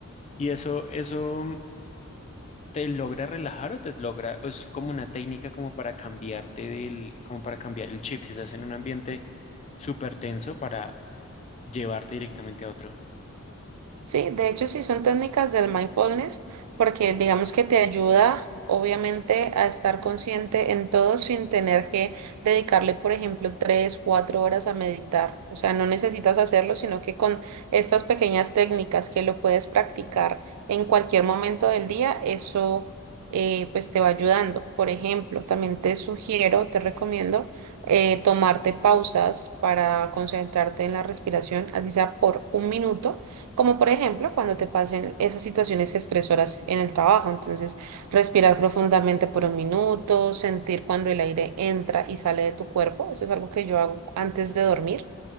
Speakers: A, on the left; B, on the right.
A: ¿Y eso, eso mm, te logra relajar o te logra, o es como una técnica como para cambiarte del, como para cambiar el chip, si estás en un ambiente súper tenso para llevarte directamente a otro?
B: Sí, de hecho sí son técnicas del mindfulness porque digamos que te ayuda obviamente a estar consciente en todo sin tener que dedicarle, por ejemplo, tres, cuatro horas a meditar. O sea, no necesitas hacerlo, sino que con estas pequeñas técnicas que lo puedes practicar en cualquier momento del día, eso eh, pues te va ayudando. Por ejemplo, también te sugiero, te recomiendo eh, tomarte pausas para concentrarte en la respiración, así sea por un minuto como por ejemplo, cuando te pasen esas situaciones estresoras en el trabajo. Entonces, respirar profundamente por un minuto, sentir cuando el aire entra y sale de tu cuerpo. Eso es algo que yo hago antes de dormir.